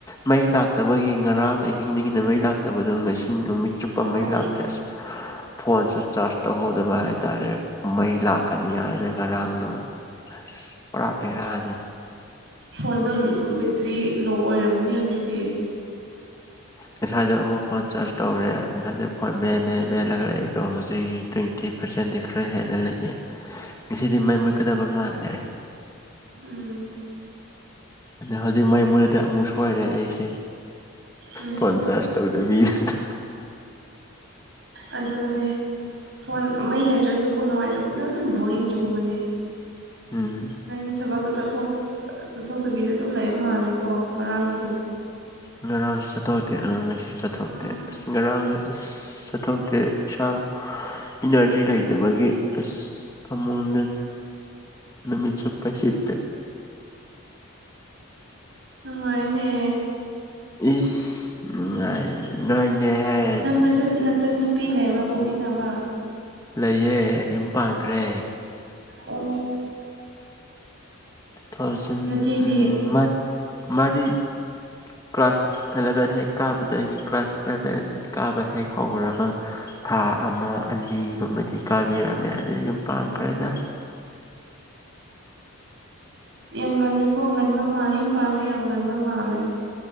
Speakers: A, on the left (about 15°); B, on the right (about 55°).
A: ꯃꯩ ꯂꯥꯛꯇꯕꯒꯤ ꯉꯔꯥꯡ ꯑꯍꯤꯡꯗꯒꯤꯅ ꯃꯩ ꯂꯥꯛꯇꯕꯗꯣ ꯉꯁꯤ ꯅꯨꯃꯤꯠ ꯆꯨꯞꯄ
B: ꯑꯣ
A: ꯃꯩ ꯂꯥꯛꯇ꯭ꯔꯦ ꯑꯁ ꯐꯣꯟꯁꯨ ꯆꯥꯔꯖ ꯇꯧꯍꯧꯗꯕ ꯍꯥꯏꯇꯥꯔꯦ ꯃꯩ ꯂꯥꯛꯀꯅꯤ ꯍꯥꯏꯅ꯫ ꯉꯔꯥꯡꯅꯣ ꯑꯁ ꯄꯨꯔꯥ ꯕꯦꯔꯥꯅꯦ꯫
B: ꯐꯣꯟꯗꯣ ꯕꯦꯇ꯭ꯔꯤ ꯂꯣ ꯑꯣꯏꯔꯝꯃꯨꯅꯤ ꯍꯧꯖꯤꯛꯇꯤ꯫
A: ꯉꯁꯥꯏꯗꯣ ꯑꯃꯨꯛ ꯐꯣꯟ ꯆꯥꯔꯖ ꯇꯧꯔꯦ ꯉꯁꯥꯏꯗ ꯐꯣꯟ ꯃꯦꯟ
B: ꯎꯝ
A: ꯃꯦ ꯃꯦꯜꯂꯒ ꯂꯩꯕꯗꯣ ꯍꯧꯖꯤꯛ ꯇ꯭ꯋꯦꯟꯇꯤ ꯄꯥꯔꯁꯦꯟꯗꯤ ꯈꯔ ꯍꯦꯟꯅ ꯂꯩꯅꯤ ꯉꯁꯤꯗꯤ
B: ꯎꯝ
A: ꯃꯩ ꯃꯨꯠꯀꯗꯕ ꯃꯥꯟꯅꯔꯦꯔ
B: ꯎꯝ
A: ꯍꯧꯖꯤꯛ ꯃꯩ ꯃꯨꯠꯂꯗꯤ ꯑꯃꯨꯛ ꯁꯣꯏꯔꯦ ꯑꯩꯁꯤ
B: ꯎꯝ
A: ꯄꯆꯥꯥꯁ ꯇꯗ ꯃꯤꯗ
B: ꯑꯗꯨꯗꯅꯦ ꯐꯣꯟ ꯃꯩ ꯂꯩꯇ꯭ꯔꯁꯨꯀꯣ ꯅꯨꯡꯉꯥꯏꯇꯕꯅꯤꯅ ꯑꯗꯨꯝ ꯕꯣꯔꯤꯡ ꯆꯨꯕꯅꯦ
A: ꯎꯝ
B: ꯅꯪꯒꯤ ꯏ ꯊꯕꯛ ꯠꯊ ꯆꯠꯊꯣꯛꯇꯕꯤꯗ ꯑꯗꯨꯝ ꯂꯩꯕ ꯃꯥꯜꯂꯦꯀꯣ ꯉꯔꯥꯡꯁꯨ
A: ꯉꯔꯥꯡꯁꯨ ꯆꯠꯊꯣꯛꯇꯦ ꯑ ꯃꯁꯤꯁꯨ ꯆꯠꯊꯣꯛꯇꯦ
B: ꯎꯝ
A: ꯑꯁ ꯉꯔꯥꯡꯗ ꯑꯁ ꯆꯠꯊꯣꯛꯇꯦ ꯏꯁꯥ ꯏꯅꯔꯖꯤ ꯂꯩꯇꯕꯒꯤ ꯑꯁ ꯐꯃꯨꯡꯗ ꯅꯨꯃꯤꯠ ꯆꯠꯄ ꯁꯤꯞꯄꯦ
B: ꯉꯥꯏꯅꯦ
A: ꯏ ꯎ ꯅꯣꯏꯅꯦ ꯍꯦ
B: ꯅꯪ ꯅꯆ ꯅꯆꯟ ꯅꯨꯄꯤ ꯂꯩꯔꯔꯥ ꯄꯣꯛꯃꯤꯟꯅꯕ
A: ꯂꯩꯌꯦꯦ ꯌꯨꯝ ꯄꯥꯟꯈ꯭ꯔꯦ
B: ꯑꯣ
A: ꯇꯨ ꯊꯥꯎꯖꯟ
B: ꯅꯆꯦꯗꯤ
A: ꯃꯥ ꯃꯥꯗꯤ ꯀ꯭ꯂꯥꯁ ꯑꯦꯂꯚꯦꯟ ꯍꯦꯛ ꯀꯥꯕꯗꯒꯤ ꯀ꯭ꯂꯥꯁ ꯑꯦꯂꯚꯦꯟ ꯀꯥꯕ ꯍꯦꯛ ꯍꯧꯈꯕ ꯊꯥ ꯑꯃ ꯑꯅꯤꯒꯨꯝꯕꯗꯤ ꯀꯥꯕꯤꯔꯝꯃꯦ ꯑꯗꯨ ꯌꯨꯝ ꯄꯥꯡꯈ꯭ꯔꯦꯅ
B: ꯎꯝ ꯌꯥꯝꯒꯜꯂꯦꯀꯣꯒꯟꯕ ꯃꯥꯜꯂꯦ ꯌꯨꯝ ꯄꯥꯜꯂ ꯌꯥꯝꯒꯟꯕ ꯃꯥꯜꯂꯦ